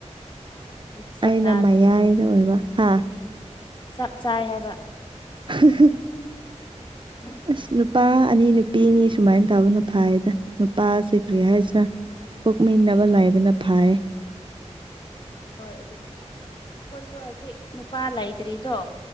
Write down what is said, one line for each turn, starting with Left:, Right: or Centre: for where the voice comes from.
Left: ꯑꯗꯨꯗꯤ ꯆꯞ
Right: ꯑꯩꯅ
Left: ꯆꯥꯔꯦꯅꯦ
Right: ꯃꯌꯥꯏꯗ
Left: ꯑꯗꯨꯗꯤ
Right: ꯑꯣꯏꯕ ꯍꯥ
Left: ꯆꯞ ꯆꯥꯏ ꯍꯥꯏꯕ
Right: <inaudible>
Left: <inaudible>
Right: ꯑꯁ ꯅꯨꯄꯥ ꯑꯅꯤ ꯅꯨꯄꯤ ꯑꯅꯤ ꯁꯨꯃꯥꯏꯅ ꯇꯥꯕꯅ ꯐꯥꯏꯌꯦꯗ ꯅꯨꯄꯥꯁꯦ ꯀꯔꯤ ꯍꯥꯏꯁꯤꯔ ꯄꯣꯛꯃꯤꯟꯅꯕ ꯂꯥꯏꯕꯅ ꯐꯩ
Left: ꯍꯣꯏ ꯑꯗꯨꯅꯦ ꯑ ꯑꯩꯈꯣꯏꯁꯨ ꯍꯧꯖꯤꯛ ꯅꯨꯄꯥ ꯂꯩꯇ꯭ꯔꯤꯗꯣ